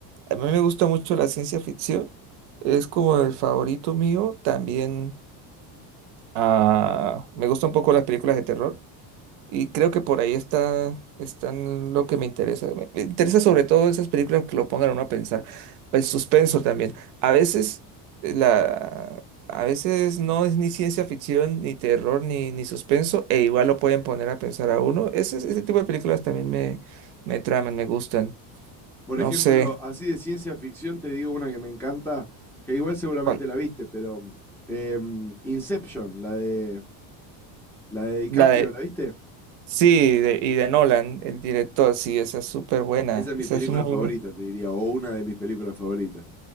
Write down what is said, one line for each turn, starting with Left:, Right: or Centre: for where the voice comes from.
Right: A mí me gusta mucho la ciencia ficción, es como el favorito mío. También ah, me gusta un poco las películas de terror. Y creo que por ahí está, están lo que me interesa. Me me interesa sobre todo esas películas que lo pongan a uno a pensar. El suspenso también. A veces eh, la, a veces no es ni ciencia ficción, ni terror, ni, ni suspenso, e igual lo pueden poner a pensar a uno. Ese, ese tipo de películas también me, me traman, me gustan.
Centre: Por
Right: No
Centre: ejemplo,
Right: sé
Centre: así de ciencia ficción te digo una que me encanta, que igual seguramente
Right: cuál.
Centre: la viste, pero em, Inception, la de la de DiCaprio,
Right: La de.
Centre: ¿la viste?
Right: Sí, de- y de Nolan, el director, sí, esa es súper buena.
Centre: Esa es mi
Right: Esa
Centre: película
Right: es muy,
Centre: favorita, te diría, o una de mis películas favoritas.